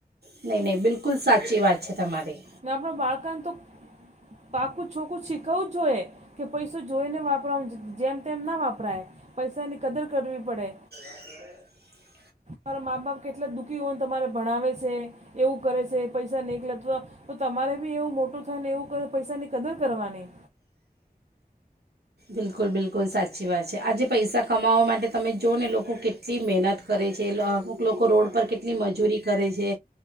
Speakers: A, on the right; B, on the right.
A: નહીં નહીં બિલકુલ સાચી વાત છે તમારી.
B: ને આપણ બાળકને તો પાકું છોકું શીખવું જોઈએ. કે પૈસો જોઈને વાપરા જેમ તેમ ના વાપરાય, પૈસાની કદર કરવી.
A: આઘો રે.
B: તમારા મા બાપ કેટલા દુઃખી હોય ને તમારે ભણાવે છે. એવું કરે છે પૈસા નેકલે અથવા તો તમારે બી એવું મોટું થાય ને એવું પૈસાની કદર કરવાની.
A: બિલકુલ! બિલકુલ! સાચી વાત છે. આજે પૈસા કમાવા માટે તમે જો ને લોકો કેટલી મહેનત કરે છે. અમુક લોકો રોડ પર કેટલી મજ મજૂરી કરે છે.